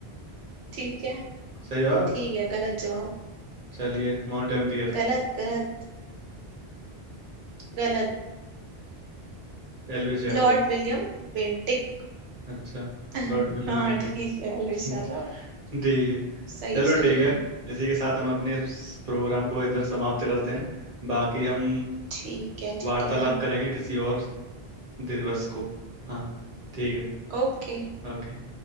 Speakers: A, on the right; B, on the right.
A: ठीक है
B: सही जवाब
A: ठीक है गलत जवाब
B: चलिए माउंट एम्पियर
A: गलत गलत गलत
B: एलबीएस यादव
A: Lord William Bentinck
B: अच्छा
A: <laughs>
B: लॉर्ड विलियम
A: हाँ
B: बेंटिक
A: ठीक है अल्विश
B: <laughs>
A: यादव
B: ठीक है
A: सही
B: चलो
A: सही
B: ठीक है इसी के साथ हम अपने इस प्रोग्राम को इधर समाप्त करते हैं बाकी हम
A: ठीक है ठीक
B: वार्तालाप
A: है
B: करेंगे किसी और दिवस को हाँ ठीक है
A: ओके
B: ओके